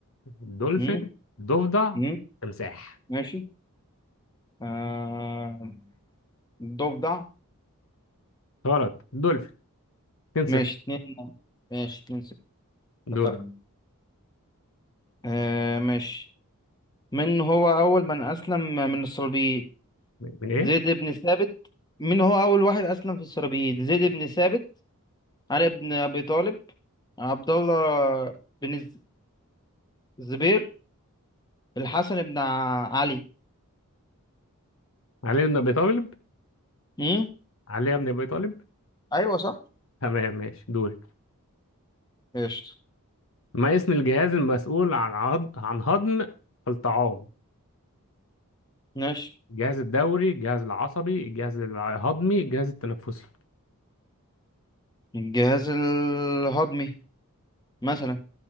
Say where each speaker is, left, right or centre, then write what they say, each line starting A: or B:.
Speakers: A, on the left; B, on the left.
A: دولفين
B: م-
A: ضفدع
B: م-
A: تمساح
B: ماشي آه... ضفدع
A: غلط دولفين 2
B: ماشي اتنين ماشي اتنين ستة
A: دورك
B: اتفقنا آه ماشي من هو أول من أسلم من الصليبيين
A: من ايه
B: زيد بن ثابت من هو أول واحد أسلم في الصليبيين زيد بن ثابت علي بن أبي طالب عبد الله بن الز- الزبير الحسن بن ع- علي
A: علي بن ابي طالب
B: امم
A: علي بن ابي طالب
B: ايوه صح
A: تمام ماشي دوري
B: قشطة
A: ما اسم الجهاز المسؤول عن عض... عن هضم الطعام
B: ماشي
A: الجهاز الدوري الجهاز العصبي الجهاز الهضمي الجهاز التنفسي
B: الجهاز الهضمي مثلا